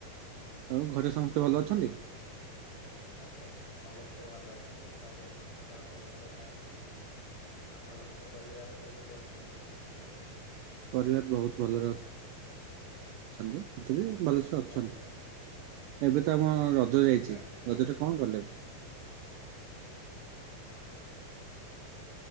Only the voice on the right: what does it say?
ଆଉ ଘରେ ସମସ୍ତେ ଭଲ ଅଛନ୍ତି?
ପରିବାର ବହୁତ ଭଲରେ ଅ ଅଛନ୍ତି, ମତେ ବି ଭଲସ ଅଛନ୍ତି।
ଏବେ ତ ଆମ ରଜ ଯାଇଛି,
ରଜରେ କଣ କଲେ ଏ